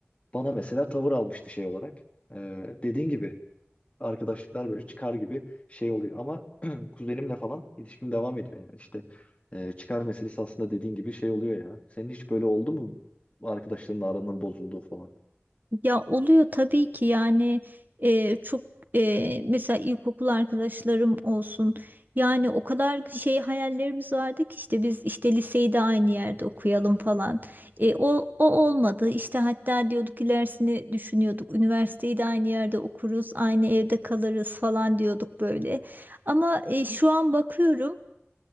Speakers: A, on the left; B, on the right.
A: bana mesela tavır almıştı şey olarak. Ee, dediğin gibi arkadaşlıklar böyle çıkar gibi şey oluyor. Ama <clears throat> kuzenimle falan ilişkim devam ediyor yani işte e, çıkar meselesi aslında dediğin gibi şey oluyor ya. Senin hiç böyle oldu mu arkadaşlarınla aranın bozulduğu falan?
B: Ya oluyor tabii ki yani e, çok e, mesela ilkokul arkadaşlarım olsun yani o kadar şey hayallerimiz vardı ki işte biz işte liseyi de aynı yerde okuyalım falan E, o, o olmadı işte hatta diyorduk ilerisini düşünüyorduk üniversiteyi de aynı yerde okuruz aynı evde kalırız falan diyorduk böyle ama e, şu an bakıyorum